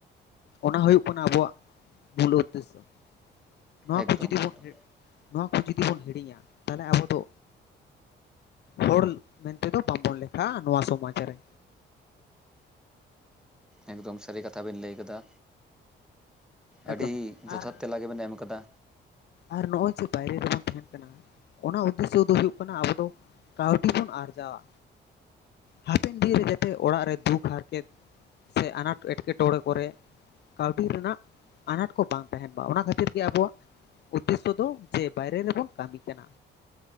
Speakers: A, on the left (about 60°); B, in the centre.
A: ᱚᱱᱟ ᱦᱩᱭᱩᱜ ᱠᱟᱱᱟ ᱟᱵᱚᱣᱟᱜ ᱢᱩᱞ ᱩᱫᱽᱫᱮᱥᱥᱚ᱾ ᱱᱚᱣᱟ
B: ᱮᱠᱫᱚᱢ
A: ᱠᱚ ᱡᱩᱫᱤ ᱵᱚᱱ
B: ᱮᱠᱫᱚᱢ
A: ᱦᱤᱲ, ᱱᱚᱣᱟ ᱠᱚ ᱡᱩᱫᱤ ᱵᱚᱱ ᱦᱤᱲᱤᱧᱟ ᱛᱟᱦᱞᱮ ᱟᱵᱚ ᱫᱚ ᱦᱚᱲᱞ ᱢᱮᱱᱛᱮᱫᱚ ᱵᱟᱸᱵᱚᱱ ᱞᱮᱠᱷᱟᱸᱻ ᱱᱚᱣᱟ ᱥᱚᱢᱟᱡᱽ ᱨᱮ᱾
B: ᱮᱠᱫᱚᱢ ᱥᱟᱨᱤ ᱠᱟᱛᱷᱟ ᱵᱮᱱ ᱞᱟᱹᱭ ᱠᱟᱫᱟ᱾
A: ᱮᱠᱫᱚᱢ
B: ᱟᱰᱤ
A: ᱟᱨ
B: ᱡᱚᱛᱷᱟᱛ ᱛᱮᱞᱟ ᱜᱮᱵᱮᱱ ᱮᱢ ᱠᱟᱫᱟ᱾
A: ᱟᱨ ᱱᱚᱜᱼᱚᱸᱭ ᱡᱮ ᱵᱟᱭᱨᱮ ᱨᱮᱵᱚᱱ ᱛᱟᱦᱮᱱ ᱠᱟᱱᱟ, ᱚᱱᱟ ᱩᱫᱽᱫᱮᱥᱥᱚ ᱫᱚ ᱦᱩᱭᱩᱜ ᱠᱟᱱᱟ, ᱟᱵᱚ ᱫᱚ ᱠᱟᱹᱣᱰᱤ ᱵᱚᱱ ᱟᱨᱡᱟᱣᱟ᱾ ᱦᱟᱯᱮᱱ ᱫᱤᱱ ᱨᱮ ᱡᱟᱛᱮ ᱚᱲᱟᱜ ᱨᱮ ᱫᱩᱠ, ᱦᱟᱨᱠᱮᱛ, ᱥᱮ ᱟᱱᱟᱴ ᱮᱴᱠᱮᱴᱚᱲᱮ ᱠᱚᱨᱮ, ᱠᱟᱣᱰᱤ ᱨᱮᱱᱟᱜ ᱟᱱᱟᱴ ᱠᱚ ᱵᱟᱝ ᱛᱟᱦᱮᱱ ᱢᱟ᱾ ᱚᱱᱟ ᱠᱷᱟᱹᱛᱤᱨ ᱜᱮ ᱟᱵᱚᱣᱟᱜ ᱩᱫᱽᱫᱮᱥᱥᱚ ᱫᱚ ᱡᱮ ᱵᱟᱭᱨᱮ ᱨᱮᱵᱚᱱ ᱠᱟᱢᱤ ᱠᱟᱱᱟ᱾